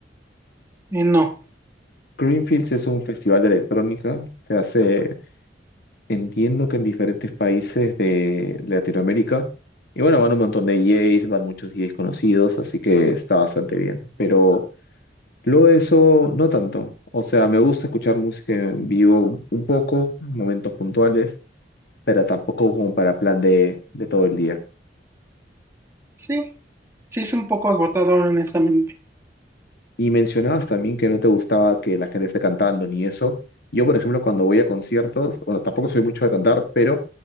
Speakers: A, on the right (about 15°); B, on the left (about 60°).
A: eh, no,
B: Greenfields es un festival de electrónica. Se hace, entiendo que en diferentes países de Latinoamérica. Y bueno, van un montón de DJs, van muchos DJs conocidos, así que está bastante bien. Pero luego de eso, no tanto. O sea, me gusta escuchar música en vivo un poco, en momentos puntuales, pero tampoco como para plan de de todo el día.
A: sí, sí es un poco agotador, honestamente.
B: Y mencionabas también que no te gustaba que la gente esté cantando ni eso. Yo, por ejemplo, cuando voy a conciertos, bueno, tampoco soy mucho de cantar, pero